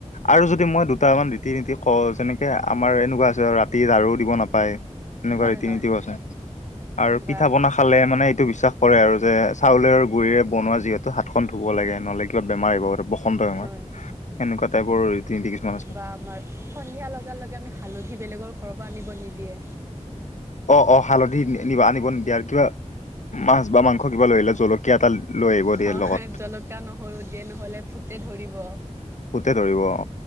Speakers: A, on the left; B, on the right.
A: আৰু যদি মই দুটামান ৰীতি-নীতি কওঁ যেনেকে আমাৰ এনেকুৱা আছে ৰাতি লাৰু দিব নাপায়। সেনেকুৱা
B: নীতি
A: ৰীতি-নীতিও
B: ৰীতি নীতিবোৰ
A: আছে। আৰু
B: বা
A: পিঠা-পনা
B: পিঠা
A: খালে মানে এইটো বিশ্বাস কৰে আৰু যে চাউলৰ গুৰিৰে বনোৱা যিহেতু হাতখন ধুব লাগে। নহ'লে কিবা বেমাৰ আহিব। বসন্তই আমাৰ
B: হয়
A: এনেকুৱা টাইপৰ ৰীতি-নীতি কিছুমান আছে।
B: বা আমাৰ সন্ধিয়া লগা লগে আমি হালধি বেলেগৰ ঘৰৰ পৰা আনিব নিদিয়ে।
A: অ অ হালধি নিব আনিব নিদিয়া আৰু কিবা মাছ বা মাংস কিবা লৈ আহে জলকীয়া। এটা লৈ আহিব দিয়ে
B: হয়
A: লগত
B: জলকীয়া-নহৰু দিয়ে নহলে ভূতে ধৰিব।
A: ভূতে ধৰিব অ।